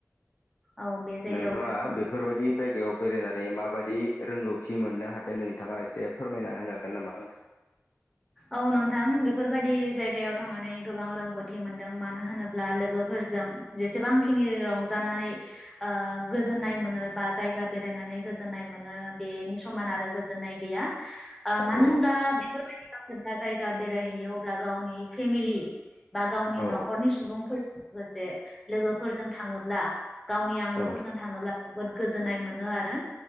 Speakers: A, in the centre; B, on the left.
A: औ बे जायगायाव
B: नोंथाङा बेफोरबायदि जायगायाव बेरायनानै माबायदि रोंगौथि मोननो हादों नोंथाङा एसे फोरमायना होनो हागोन नामा आंनो।
A: औ नोंथां बेफोरबायदि जायगायाव थांनानै गोबां रोंगौथि मोनदों मानो होनोब्ला लोगोफोरजों जेसेबांखिनि रंजानानै ओ गोजोननाय मोनो बा जायगा बेरायनानै गोजोननाय मोनो बेनि समान आरो गोजोननाय गैया। आ मानो
B: औ
A: होनब्ला बे जेब्ला जायगा बेरायहैयो अब्ला गावनि फेमिलि, बा गावनि
B: औ
A: न'खरनि सुबुंफोर लोगोसे लोगोफोरजों थाङोब्ला गावनि
B: औ
A: आंगोफोरजों थाङोब्ला जोबोद गोजोननाय मोनो आरो।